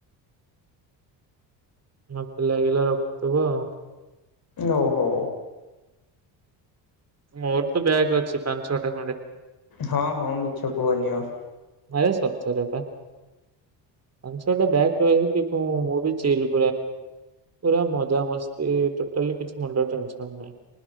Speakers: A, on the right; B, on the left.
A: ମତେ ଲାଗିଲା ରଖୁଥବ।
B: ଓହୋ।
A: ମୋର ତ ବ୍ୟାଗ୍ ଅଛି ପାଞ୍ଚ ଛଅ ଟା ଖଣ୍ଡେ
B: ହଁ ହଁ ମିଛ କୁହନି ଆଉ।
A: ଆରେ ସତରେ ବା। ଆ ବ୍ୟାଗ ଫ୍ୟାଗ ହ୍ନି ମୁଁ <unintelligible> ପୁରା ମଜା ମସ୍ତି ଟୋଟାଲି କିଛି ମୁଣ୍ଡ ଟେନସନ ନାଇଁ।